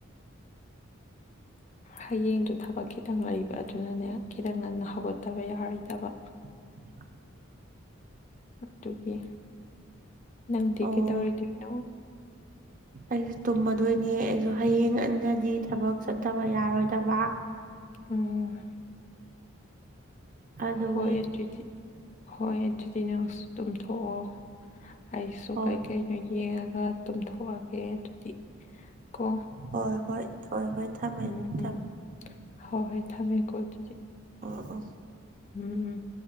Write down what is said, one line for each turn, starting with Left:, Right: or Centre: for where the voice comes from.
Left: ꯍꯌꯦꯡꯗꯨ ꯊꯕꯛ ꯈꯤꯇꯪ ꯂꯩꯕ ꯑꯗꯨꯅꯅꯦ ꯈꯤꯇꯪ ꯉꯟꯅ ꯍꯧꯒꯠꯇꯕ ꯌꯥꯔꯣꯏꯗꯕ
Right: <inaudible>
Left: ꯑꯗꯨꯒꯤ ꯅꯪꯗꯤ
Right: ꯑꯣ
Left: ꯀꯩꯗꯧꯔꯤꯗꯣꯏꯅꯣ
Right: ꯑꯩꯁꯨ ꯇꯨꯝꯃꯗꯣꯏꯅꯦ ꯑꯩꯁꯨ ꯍꯌꯦꯡ ꯉꯥꯟꯅꯗꯤ ꯊꯕꯛ ꯆꯠꯇꯕ ꯌꯥꯔꯣꯏꯗꯕ
Left: ꯎꯝ
Right: ꯑꯗꯨꯒꯤ
Left: ꯍꯣꯏ ꯑꯗꯨꯗꯤ ꯍꯣꯏ ꯑꯗꯨꯗꯤ ꯅꯪꯁꯨ ꯇꯨꯝꯊꯣꯛꯑꯣ ꯑꯩꯁꯨ
Right: ꯍꯣꯏ
Left: ꯀꯩꯀꯩ ꯌꯦꯡꯉꯒ ꯇꯨꯝꯊꯣꯛꯑꯒꯦ ꯑꯗꯨꯗꯤ ꯀꯣ
Right: ꯍꯣꯏ ꯍꯣꯏ ꯍꯣꯏ ꯍꯣꯏ ꯊꯝꯃꯦ
Left: ꯎꯝ ꯎꯝ
Right: ꯊꯝ
Left: ꯍꯣꯏ ꯍꯣꯏ ꯊꯝꯃꯦꯀꯣ ꯑꯗꯨꯗꯤ
Right: ꯑꯣ ꯑꯣ
Left: ꯎꯝ